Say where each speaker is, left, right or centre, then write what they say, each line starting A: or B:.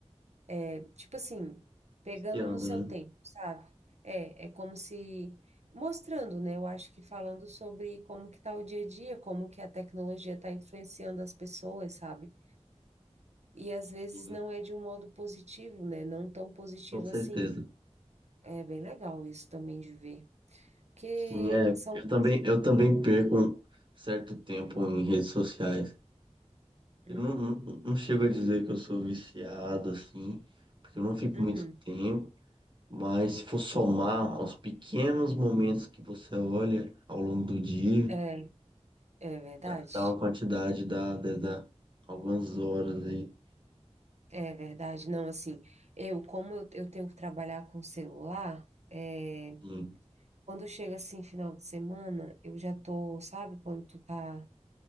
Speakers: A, on the right; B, on the right.
A: é, tipo assim, pegando
B: E ando,
A: no seu
B: né?
A: tempo, sabe? É, é como se mostrando, né? Eu acho que falando sobre como que tá o dia a dia, como que a tecnologia está influenciando as pessoas, sabe? E às vezes
B: Sim,
A: não é de um modo positivo, né? Não tão positivo
B: Com certeza.
A: assim. É bem legal isso também de ver, porque
B: Sim, é.
A: são
B: Eu
A: coisas
B: também, eu
A: que
B: também perco um certo tempo em redes sociais.
A: Hum,
B: Eu não, não, não chego a dizer que eu sou viciado, assim, porque eu não fico
A: uhum.
B: muito tempo. Mas se for somar aos pequenos momentos que você olha ao longo do dia,
A: É, é verdade.
B: dá, dá uma quantidade, dá, dá, dá algumas horas aí.
A: É verdade. Não, assim, eu, como eu, eu tenho que trabalhar com celular, é
B: Sim,
A: Quando chega assim, final de semana, eu já tô, sabe, quando tu tá.